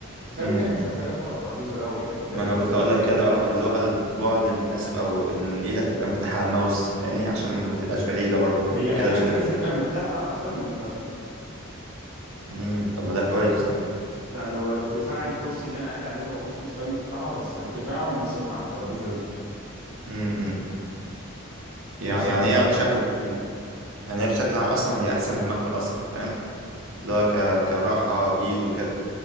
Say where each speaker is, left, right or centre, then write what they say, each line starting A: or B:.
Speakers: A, on the right (about 50°); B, on the right (about 70°).
A: بس
B: م-
A: انا
B: م.
A: بيتهيألي مش محتاج ادخل على الترابيزه قوي يعني بيتهيألي
B: ما انا
A: مثلا
B: كنت اقول لك
A: ايه
B: كده اه اللي هو البعد المناسب او ان ايدك تبقى مرتاحه على الماوس فاهمني عشان ما تبقاش بعيده برضو
A: هي غالبا
B: كده مش
A: ايدي
B: هتبقى
A: هتبقى مرتاحه اكتر من المكتب
B: امم طب ما ده كويس ده
A: يعني هو ارتفاع الكرسي اللي انا قاعد عليه ده هو كرسي مش حلو الصراحه بس ارتفاعه مناسب مع الترابيزه دي
B: امم يع-
A: مناسب
B: يعني
A: بيتهيألي
B: هي بشكل
A: اكتر بكتير
B: يعني هي بشكل عام اصلا هي احسن من المكتب اصلا فاهم اللي هو ك... كراحه ايد وكده